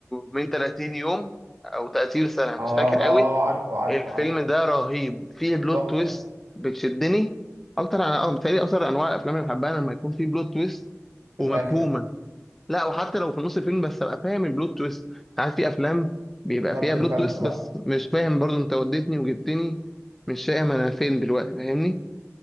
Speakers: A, in the centre; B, on the right (about 55°).
A: من 30 يوم او 30 سنه مش
B: اه اه
A: فاكر
B: اه
A: قوي
B: آه، عارفه عارفه
A: الفيلم
B: عارفه
A: ده رهيب فيه بلوت
B: تحفه
A: تويست بتشدني اكتر انا اه بتهيألي اكتر انواع الافلام اللي بحبها لما يكون فيه بلوت تويست
B: في
A: ومفهومه
B: الاخر
A: لا وحتى لو في نص الفيلم بس ابقى فاهم البلوت تويست ساعات في افلام بيبقى
B: ما
A: فيها
B: بتفهمش
A: بلوت تويست
B: بقى
A: بس مش فاهم برضو انت وديتني وجبتني مش فاهم انا فين دلوقتي فاهمني